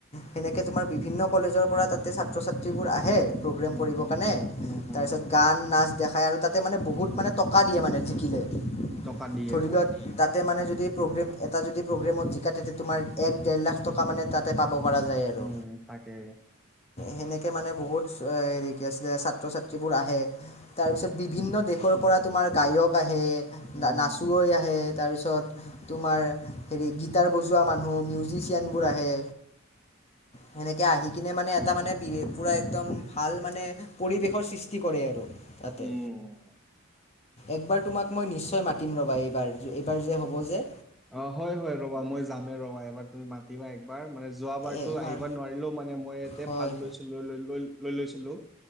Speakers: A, on the left; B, in the centre.
A: সেনেকে তোমাৰ বিভিন্ন কলেজৰ পৰা তাতে ছাত্ৰ ছাত্ৰীবোৰ আহে। প্ৰগ্ৰেম
B: উম
A: কৰিব
B: হম
A: কাৰণে
B: উম হম
A: তাৰপিছত
B: হম
A: গান। নাচ দেখাই আৰু তাতে মানে বহুত মানে টকা দিয়ে মানে জিকিলে
B: টকা দিয়ে
A: ধৰি
B: হয়
A: লোৱা। তাতে মানে যদি প্ৰগ্ৰেম এটা যদি প্ৰগ্ৰেমত জিকা তেতিয়া তোমাৰ এক ডেৰ লাখ টকা মানে তাত। তে পাব পৰা যায় আৰু
B: উম তাকে
A: সেনেকে মানে বহুত। হেৰি কি আছিলে ছাত্ৰ ছাত্ৰীবোৰ আহে। তাৰপিছত বিভিন্ন দেশৰ পৰা তোমাৰ গায়ক আহে।
B: উম
A: নাচো ৱৈ আহে তাৰ পিছত। তোমাৰ হেৰি গীটাৰ বজোৱা মানুহ মিউজিচিয়ানবোৰ আহে। সেনেকে আহি কিনে মানে এটা মানে বি পোৰা একদম। ভাল মানে পৰিৱেশৰ সৃষ্টি কৰে আৰু তাতে।
B: উম
A: একবাৰ তোমাক মই নিশ্চয় মাতিম ৰ'বা এইবাৰ এইবাৰ যে হ'ব যে।
B: অঁ, হয়, হয় ৰবা! মই যামেই ৰবা এবাৰ তুমি মাতিবা একবাৰ মানে যোৱাবাৰতো
A: এইবাৰ
B: আহিব নোৱাৰিলেও মানে মই।
A: হয়
B: ভাগ লৈছিল লৈ লৈ লৈ লৈ লৈছিলো।